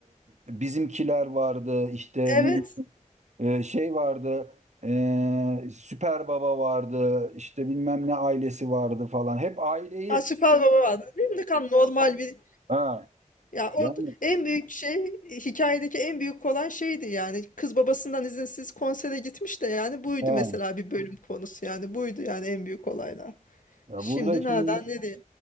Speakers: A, on the right; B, on the left.
A: e, bizimkiler vardı, işte
B: Evet.
A: ne bileyim e, şey vardı, e, Süper Baba vardı, işte bilmem ne ailesi vardı falan. Hep aileyi
B: Ha, Süper Baba vardı değil mi? Ne kadar normal bir...
A: ha
B: Ya
A: yani
B: o en büyük şey, hikayedeki en büyük olan şeydi yani. Kız babasından izinsiz konsere gitmiş de yani buydu
A: ha.
B: mesela bir bölüm konusu yani. Buydu yani en büyük olaylar.
A: Ya
B: Şimdi
A: burada şimdi
B: nereden nereye?